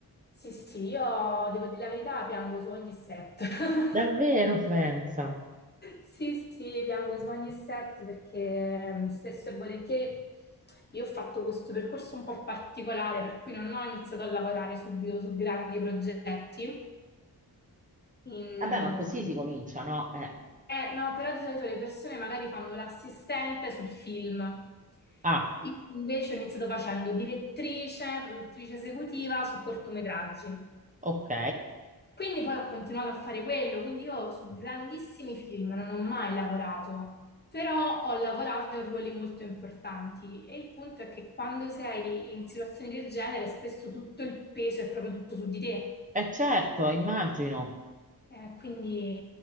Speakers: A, on the left (about 25°); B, on the right (about 20°).
A: sì, sì, io devo dire la verità, piango su ogni set. <laughs>
B: Davvero, pensa.
A: Sì, sì, piango su ogni set perché mm, spesso e volentieri io ho fatto questo percorso un po' particolare, per cui non ho iniziato a lavorare subito su grandi progetti. In-
B: Vabbè, ma così si comincia, no? Eh.
A: Eh, no, però di solito le persone magari fanno l'assistente sul film.
B: Ah,
A: Io invece ho iniziato facendo direttrice, produttrice esecutiva su cortometraggi.
B: ok.
A: Quindi poi ho continuato a fare quello, quindi io su grandissimi film non ho mai lavorato, però ho lavorato in ruoli molto importanti e il punto è che quando sei in situazioni del genere spesso tutto il peso è proprio tutto su di te.
B: Eh certo, immagino.
A: Eh, quindi,